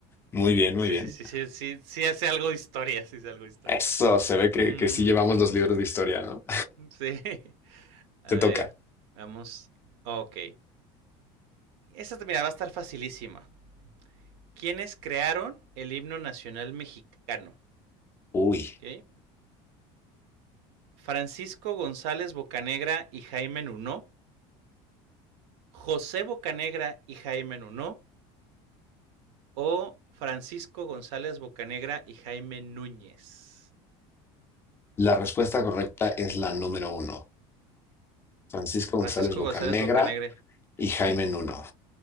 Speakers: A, on the left (about 15°); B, on the right (about 80°).
A: Muy bien, muy
B: <laughs>
A: bien.
B: sí, sí, sí, sí, sí, sí hace algo de historia, sí hace algo de historia.
A: Eso, se ve que,
B: Mm,
A: que sí llevamos los libros de historia, ¿no?
B: sí. <laughs> A
A: <laughs> Te
B: ver,
A: toca.
B: vamos. Ok. Esta mira, va a estar facilísima. ¿Quiénes crearon el himno nacional mexicano?
A: Uy,
B: ¿Ok? Francisco González Bocanegra y Jaime Nuno, José Bocanegra y Jaime Nuno o Francisco González Bocanegra y Jaime Núñez.
A: la respuesta correcta es la número uno. Francisco
B: Francisco
A: González Bocanegra
B: González Bocanegra.
A: y Jaime Nuno.